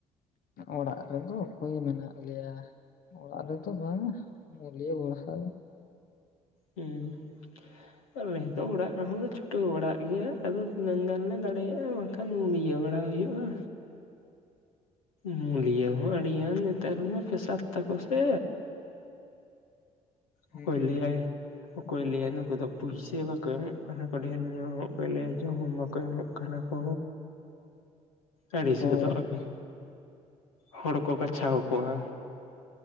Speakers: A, on the left (about 55°); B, on the left (about 85°).
A: ᱚᱲᱟᱜ ᱨᱮᱫᱚ ᱚᱠᱚᱭ ᱢᱮᱱᱟᱜ ᱞᱮᱭᱟ ᱚᱲᱟᱜ ᱨᱮᱫᱚ ᱵᱟᱝᱟ ᱢᱩᱞᱭᱟᱹ <unintelligible> ᱨᱮ
B: ᱦᱩᱸ ᱟᱞᱮ ᱫᱚ ᱚᱲᱟᱜ ᱨᱮᱦᱚᱸ ᱫᱚ ᱪᱷᱩᱴᱟᱹᱣ ᱵᱟᱲᱟᱜ ᱜᱮᱭᱟ ᱟᱫᱚ ᱛᱤᱱᱟᱹᱝ ᱜᱟᱱᱞᱮ ᱫᱟᱲᱮᱭᱟᱜᱼᱟ ᱠᱷᱟᱱ ᱢᱩᱞᱭᱟᱹ ᱵᱟᱲᱟ ᱦᱩᱭᱩᱜᱼᱟ ᱢᱩᱞᱤᱭᱟᱹ ᱦᱚᱸ ᱟᱹᱰᱤᱜᱟᱱ ᱱᱮᱛᱟᱨᱢᱟ ᱯᱮᱥᱟ ᱛᱟᱠᱚ ᱥᱮ
A: ᱦᱩᱸ
B: ᱚᱠᱚᱭ ᱞᱟᱹᱭᱟᱭ ᱚᱠᱚᱭ ᱞᱟᱹᱭᱟ ᱱᱩᱠᱩ ᱫᱚ ᱯᱩᱭᱥᱟᱹ ᱵᱟᱠᱚ ᱮᱢᱚᱜ ᱠᱟᱱᱟ ᱠᱚ ᱰᱷᱮᱨ ᱧᱚᱜ, ᱚᱠᱚᱭ ᱞᱟᱹᱭᱟ ᱡᱚᱢ ᱵᱟᱠᱚ ᱮᱢᱚᱜ ᱠᱟᱱᱟ ᱠᱚ ᱟᱹᱲᱤᱥ
A: ᱦᱳᱭ
B: ᱜᱚᱫᱚᱜ
A: ᱦᱳᱭ
B: ᱟᱹᱵᱤᱱ ᱦᱚᱲ ᱠᱚ ᱵᱟᱪᱷᱟᱣ ᱠᱚᱣᱟ